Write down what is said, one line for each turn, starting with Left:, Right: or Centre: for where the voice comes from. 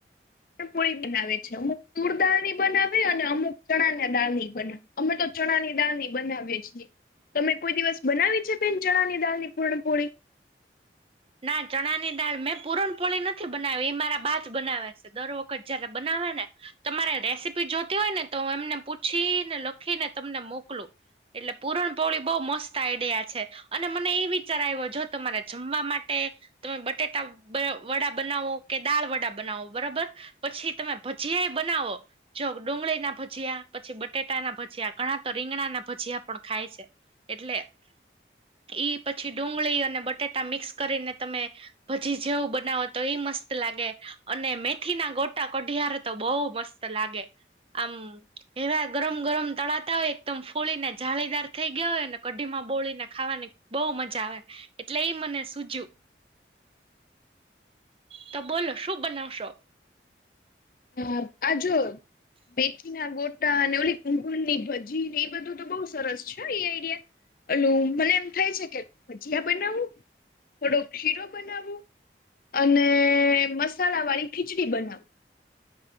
Left: પૂળી બનાવે છે. અમુક તૂળ દાળ ની બનાવે અને અમુક ચણા ના દાળ ની બનાવે. અમે તો ચણા ની દાળ ની બનાવીએ છીએ. તમે કોઈ દિવસ બનાવી છે, બેન ચણાની દાળની પૂરણપોળી?
Right: ના ચણાની દાળ મેં પૂરણપોળી નથી બનાવી. એ મારા બાજ બનાવે છે દર વખત જયારે બનાવે ને. તમારે રેસીપી જોતી હોય ને તો એમને પૂછીને લખીને તમને મોકલું. એટલે પુરણપોળી બહુ મસ્ત આઈડીયા છે. અને મને એ વિચાર આવ્યો જો તમારે જમવા માટે તમે બટેટા વડા બનાવો, કે દાળ વડા બનાવો બરોબર પછી તમે ભજીયાઈ બનાવો. જો ડુંગળી ના ભજીયા, પછી બટેટા ના ભજીયા, ઘણા તો રીંગણા ના ભજીયા પણ ખાય છે. એટલે ઈ પછી ડુંગળી અને બટેટા મિક્સ કરીને તમે પછી જેવું બનાવો તો ઈ મસ્ત લાગે. અને મેથી ના ગોટા કઢિયાર તો બહુ મસ્ત લાગે. આમ એવા ગરમ ગરમ તળાતા હોય, એકદમ ફોળી ને જાળીદાર થઈ ગયા હોય ને, કઢીમાં બોળીને ખાવાની બઉ મજા આવે. એટલે એ મને સૂજ્યું. તો બોલો શું બનાવશો?
Left: હ આ જો મેથી ના ગોટા અને ઓલી કુંકળ ની ભજીને એ બધું તો બહુ સરસ છે, એ આઈડિયા એલું મને એમ થાય છે કે ભજીયા બનાવું, થોડોક શીરો બનાવવું. અને મસાલા વાળી ખીચડી બનાવુ.